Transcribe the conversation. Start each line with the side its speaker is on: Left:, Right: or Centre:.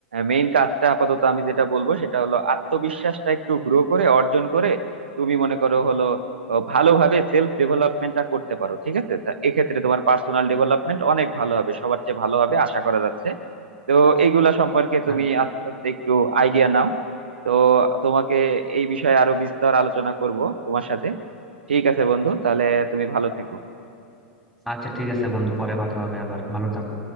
Right: মেইন কাজটা আপাতত আমি যেটা বলবো সেটা হলো আত্মবিশ্বাসটা একটু গ্রো করে অর্জন করে তুমি মনে করো হলো আহ, ভালোভাবে সেলফ ডেভেলপমেন্টটা করতে পারো ঠিক আছে তা এক্ষেত্রে তোমার পার্সোনাল ডেভেলপমেন্ট অনেক ভালো হবে সবার চেয়ে ভালো হবে আশা করা যাচ্ছে তো এইগুলা সম্পর্কে
Centre: হ্যাঁ
Right: তুমি আস্তে আস্তে একটু আইডিয়া নাও তো তোমাকে এই বিষয়ে আরো বিস্তর আলোচনা করব তোমার সাথে ঠিক আছে বন্ধু তাহলে তুমি ভালো থেকো
Centre: আচ্ছা ঠিক আছে বন্ধু পরে কথা হবে আবার ভালো থাকো